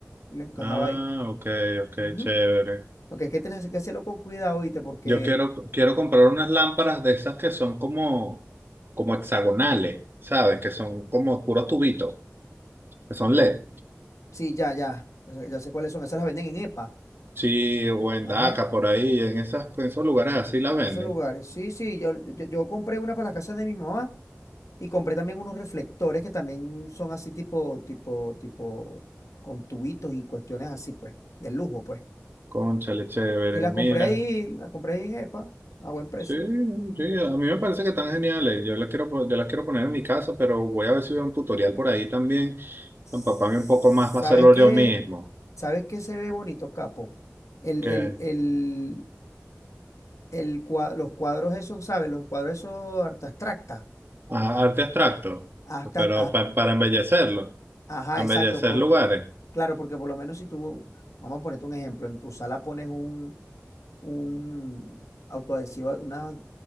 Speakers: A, on the left; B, on the right.
A: Y lo encajaba
B: Ah,
A: ahí.
B: ok, ok,
A: Ujú.
B: chévere.
A: Lo que es que tienes que hacerlo con cuidado, ¿viste? Porque,
B: Yo quiero, quiero comprar unas lámparas de esas que son como, como hexagonales, ¿sabes? Que son como puros tubitos, que son LED.
A: sí, ya, ya, ya sé ya sé cuáles son, esas las venden en EPA.
B: Sí, o en
A: Ajá.
B: Daca, por ahí, en esas, en esos lugares así la venden.
A: En esos lugares. Sí, sí, yo, yo, yo compré una para la casa de mi mamá y compré también unos reflectores que también son así tipo, tipo, tipo, con tubitos y cuestiones así, pues, de lujo, pues.
B: Cónchale, chévere,
A: Y la
B: mira.
A: compré ahí, la compré ahí en EPA, a buen precio.
B: Sí, sí, a mí me parece que están geniales. Yo las quiero, po- yo las quiero poner en mi casa, pero voy a ver si veo un tutorial por ahí también.
A: ¿Sabes
B: Empaparme un poco más para hacerlo
A: qué?
B: yo mismo.
A: ¿Sabes qué se ve bonito, capo? El,
B: ¿Qué?
A: el, el, el cua- los cuadros esos, ¿sabes? Los cuadros esos arte abstracta.
B: ajá, arte abstracto,
A: Hasta,
B: pero pa- para embellecerlo,
A: Ajá,
B: embellecer
A: exacto, porque,
B: lugares.
A: claro, porque por lo menos si tú, vamos a ponerte un ejemplo, en tu sala pones un, un autoadhesiva, una